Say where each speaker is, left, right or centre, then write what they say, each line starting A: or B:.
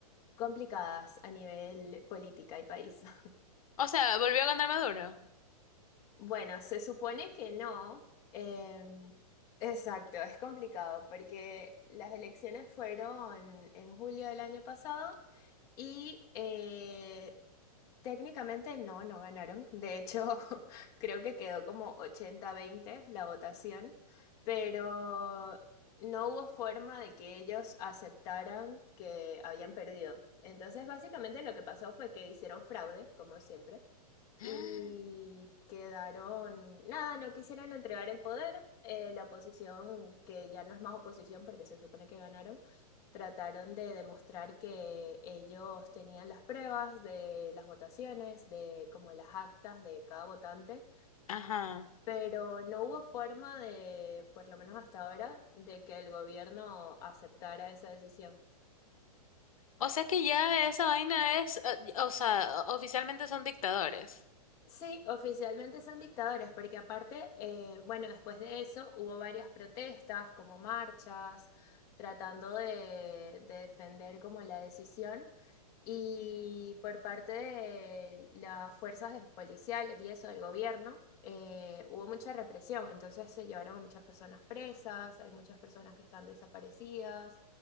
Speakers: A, on the left (about 15°); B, on the left (about 60°).
A: complicadas a nivel política y país. <laughs>
B: O sea, volvió a ganar Maduro.
A: Bueno, se supone que no. em, exacto, es complicado porque las elecciones fueron en julio del año pasado. Y eh, Técnicamente no, no ganaron. De hecho, <laughs> creo que quedó como ochenta veinte la votación, pero no hubo forma de que ellos aceptaran que habían perdido. Entonces, básicamente lo que pasó fue que hicieron fraude, como siempre, y
B: Mm,
A: quedaron, nada, no quisieron entregar el poder. Eh, la oposición, que ya no es más oposición porque se supone que ganaron trataron de demostrar que ellos tenían las pruebas de las votaciones, de como las actas de cada votante,
B: Ajá.
A: pero no hubo forma de, por lo menos hasta ahora, de que el gobierno aceptara esa decisión.
B: O sea que ya esa vaina es, eh, y- o sea, o- oficialmente son dictadores.
A: Sí, oficialmente son dictadores, porque aparte, eh, bueno, después de eso hubo varias protestas, como marchas, tratando de, de defender como la decisión. Y por parte de las fuerzas policiales y eso del gobierno, eh, hubo mucha represión. Entonces se llevaron a muchas personas presas, hay muchas personas que están desaparecidas.